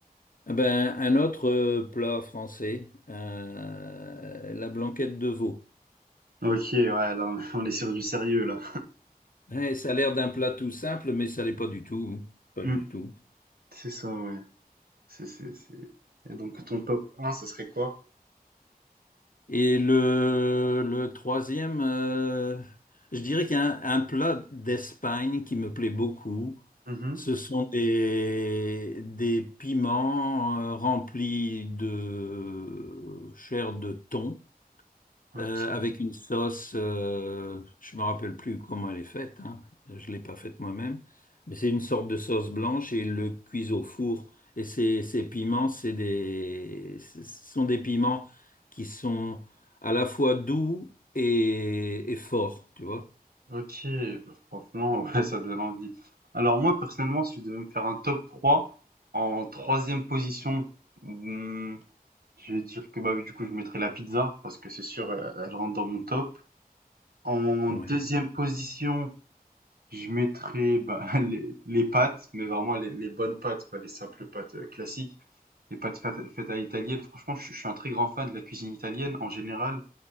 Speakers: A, on the left; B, on the right.
A: Ah Ben, un autre euh, plat français, euh, la blanquette de veau.
B: OK, ouais, là, on <laughs> on est sur du sérieux, là.
A: Ouais, ça a l'air d'un plat tout simple, mais ça l'est pas du tout. hein. Pas
B: Mmh.
A: du tout.
B: C'est ça, ouais. C'est c'est c'est et donc ton top un ce serait quoi?
A: Et le, le troisième, euh, je dirais qu'il y a un, un plat d'Espagne qui me plaît beaucoup.
B: Mmh
A: Ce sont des, des piments euh, remplis de euh, chair de thon.
B: OK.
A: euh, avec une sauce, euh, je me rappelle plus comment elle est faite, hein. Je l'ai pas faite moi-même, mais c'est une sorte de sauce blanche et ils le cuisent au four. Et ces, ces piments, c'est des, ce sont des piments qui sont à la fois doux et, et forts, tu vois.
B: OK, bah, franchement, <laughs> ouais, ça donne envie. Alors moi, personnellement, si je devais me faire un top trois en troisième position, mmh, je vais dire que, bah, oui, du coup, je mettrais la pizza parce que c'est sûr, heu, elle rentre dans mon top. En
A: Ouais.
B: deuxième position, je mettrais, bah, <laughs> les les pâtes, mais vraiment les les bonnes pâtes, pas les simples pâtes, heu, classiques. les pâtes feta italiennes. Franchement, je, je suis un très grand fan de la cuisine italienne en général.